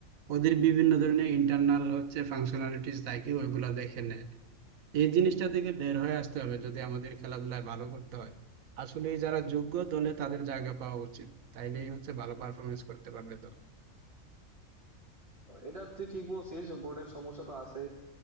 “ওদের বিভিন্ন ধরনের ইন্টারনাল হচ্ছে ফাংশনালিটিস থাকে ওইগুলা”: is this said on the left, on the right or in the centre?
Right